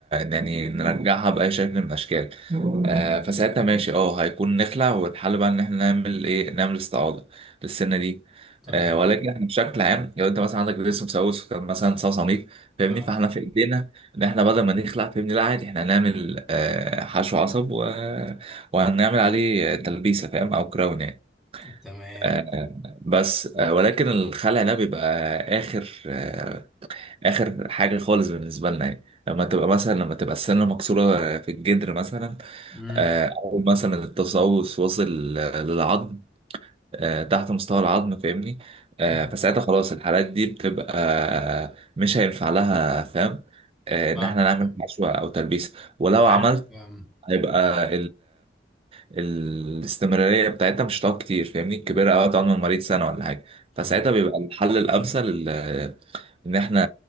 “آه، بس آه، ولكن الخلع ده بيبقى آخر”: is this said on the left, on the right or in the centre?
Right